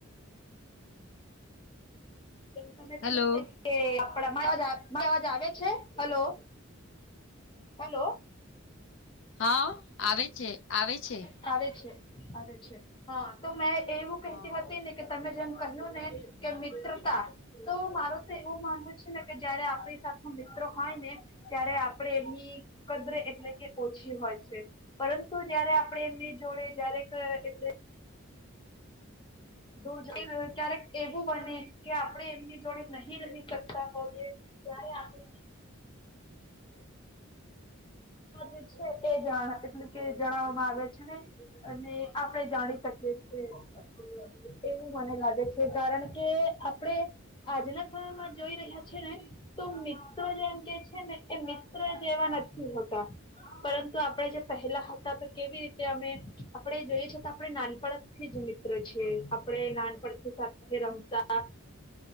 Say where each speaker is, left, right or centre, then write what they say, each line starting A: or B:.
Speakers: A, on the left (about 25°); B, on the left (about 60°).
A: તમે થયું
B: હલો
A: ને કે <inaudible> અવાજ આવે છે હલો હલો
B: હા આવે છે. આવે છે
A: આવે છે આવે છે હા તો મેં એવું કહેતી
B: હા
A: હતી ને કે તમે જેમ કહ્યું ને કે મિત્રતા તો મારૂ તો એવું માનવું છે ને કે જયારે આપણી મિત્ર હોય ને ત્યારે આપણે એમની કદર એટલે કે ઓછી હોય છે પરંતુ તો જયારે આપડે એમની જોડે જયારે <inaudible> દૂર જાય ક્યારેક એવું બને કે આપણે એમની જોડે નહીં રહી શકતા હોઈએ. ત્યારે આપણે <inaudible> <inaudible> એ એટલે કે જણાવવામાં આવે છે ને એમને આપણે જાણી શકીએ છીએ. એવું મને લાગે છે કારણ કે આપડે આજના સમયમાં જોઈ રહ્યા છે ને તો મિત્રો જેમ કે છે ને એ મિત્ર જેવા નથી હોતા પરંતુ આપણે જે પહેલા હતા તો કેવી રીતે અમે આપડે જોઈએ છીએ તો આપણે નાનપણથી જ મિત્રો છીએ. આપણે નાનપણથી સાથે રમતા